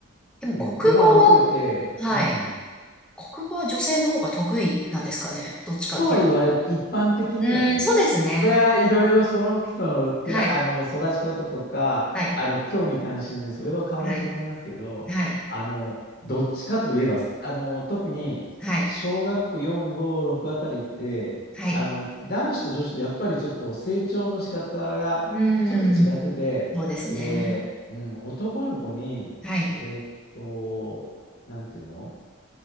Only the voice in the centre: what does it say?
でも国語は、
はい。
国語は女性の方が得意なんですかね。どっちかっていう。
うーん、そうですね。
はい。
はい。
はい。はい。
はい。
はい。
うーん。そうですね。
はい。